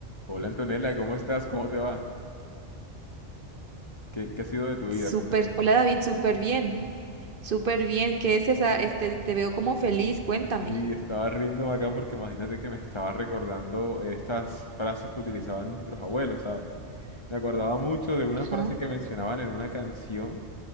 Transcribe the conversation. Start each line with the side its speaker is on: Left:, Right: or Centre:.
Left: Hola Antonella, ¿cómo estás? ¿Cómo te va? ¿Qué, qué ha sido de tu vida?
Right: Súper,
Left: Cuéntame.
Right: hola David, súper bien, súper bien. ¿Qué es esa? Este, te veo como feliz, cuéntame.
Left: Sí, estaba riéndome acá porque imagínate que me estaba recordando estas frases que utilizaban nuestros abuelos, ¿sabes? Me acordaba mucho de una
Right: Ajá,
Left: frase que mencionaban en una canción